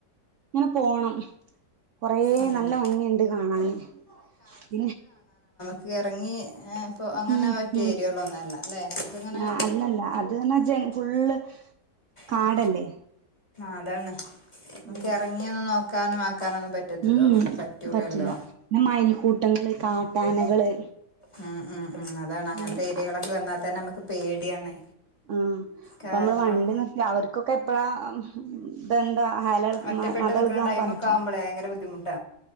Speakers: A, on the right; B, on the left.
A: ഇങ്ങനെ പോണം. കൊറെ
B: അതന്നെ
A: നല്ല ഭംഗിണ്ട് കാണാന് പിന്നെ
B: ക്കി എറങ്ങി ഇപ്പോ അങ്ങനെ
A: ഉം
B: പറ്റിയ
A: ഉം
B: ഏരിയകളൊന്നും അല്ല ല്ലേ അതിങ്ങനെ
A: ആ അല്ലല്ല അതറഞ്ഞ ജയൻ ഫുള്ള് കാടല്ലേ
B: ഉം അതാണ്. നമുക്ക്
A: ഉം
B: ഇറങ്ങിയോന്ന് നോക്കാനും ആക്കാനൊന്നും പറ്റത്ത
A: ഉം
B: പറ്റൂലല്ലോ.
A: പറ്റില്ല പിന്നെ മയിൽക്കൂട്ടങ്ങള് കാട്ടാനകള്
B: ഉം ഉം ഉം അതാണ് അങ്ങൻത്തെ
A: ഉം
B: ഏരിയകളൊക്കെ
A: ആ
B: വന്നാ തന്നെ നമുക്ക് പേടിയാണ്.
A: ആഹ്
B: കാരണം
A: അപ്പൊ നമ്മള് വണ്ടി നിർത്തി അവർക്കൊക്കെ എപ്പഴാ ഇതെന്താ ഹല ഇളക്
B: ഒറ്റപ്പെട്ട്
A: മദേളകാന്ന്
B: നിൽക്കുന്ന ടൈമൊക്കെ
A: പറയറ്റെ
B: ആവുമ്പോളേ ഭയങ്കര ബുദ്ധിമുട്ട.